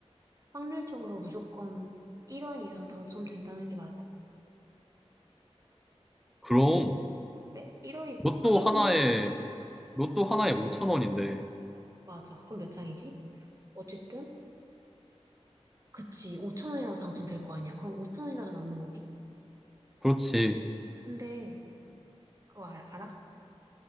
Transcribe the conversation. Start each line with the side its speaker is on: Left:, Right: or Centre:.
Right: 확률적으로 무조건 1원 이상 당첨된다는 게 맞아?
Centre: 그럼
Right: 그래? 1억이
Centre: 로또
Right: 크긴
Centre: 하나에
Right: 해?
Centre: 로또 하나에 5천 원인데
Right: 맞아. 그럼 몇 장이지? 어쨌든, 그치. 5천 원이라도 당첨될 거 아니야. 그럼 5천 원이라도 남는 거네?
Centre: 그렇지.
Right: 근데, 그거 알, 알아?